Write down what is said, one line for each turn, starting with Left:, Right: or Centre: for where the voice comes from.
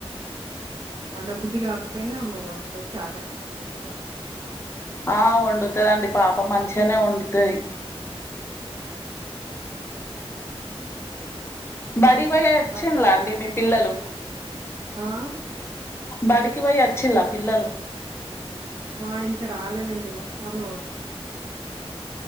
Right: వండబుద్ది కాకపోయినా ఆమె వండుతది చాత కాకపోయినా వండు
Left: ఆ వండుతది అండి పాప మంచిగనే వండుతది బడివోయి
Right: వండి
Left: వచ్చింలా
Right: మంచిగానే
Left: అండి మీ పిల్లలు
Right: ఆ
Left: బడికి వోయి వచ్చిల్ల పిల్లలు
Right: ఆ ఇంకా రాలేదండి వస్తలు గావో